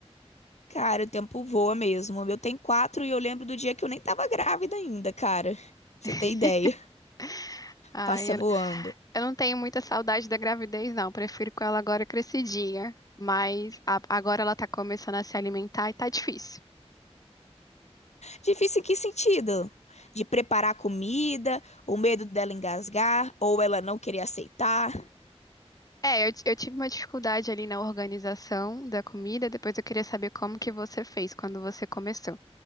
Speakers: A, on the left; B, on the left.
A: Cara, o tempo voa mesmo. Eu tenho quatro e eu lembro do dia que eu nem tava grávida ainda, cara. Você
B: <laughs>
A: tem ideia?
B: Ai,
A: Passa
B: eu,
A: voando.
B: eu não tenho muita saudade da gravidez, não. Prefiro com ela agora crescidinha. Mas a- agora ela tá começando a se alimentar e tá difícil.
A: Difícil em que sentido? De preparar comida, o medo dela engasgar ou ela não querer aceitar?
B: É, eu, t- eu tive uma dificuldade ali na organização da comida. Depois eu queria saber como que você fez quando você começou.